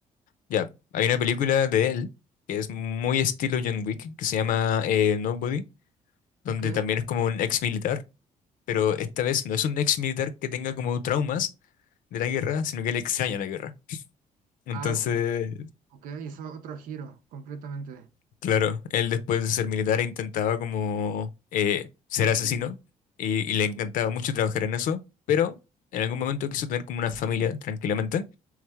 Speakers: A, on the left; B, on the right.
A: Ya, hay una película de él que es muy estilo John Wick, que se llama eh, Nobody, donde
B: Ok.
A: también es como un ex militar, pero esta vez no es un ex militar que tenga como traumas de la guerra, sino que le extraña la guerra. Entonces,
B: Ah, o- ok, hizo otro giro completamente.
A: Claro, él después de ser militar intentaba como eh, ser
B: ¿Viste?
A: asesino y, y le encantaba mucho trabajar en eso, pero en algún momento quiso tener como una familia tranquilamente,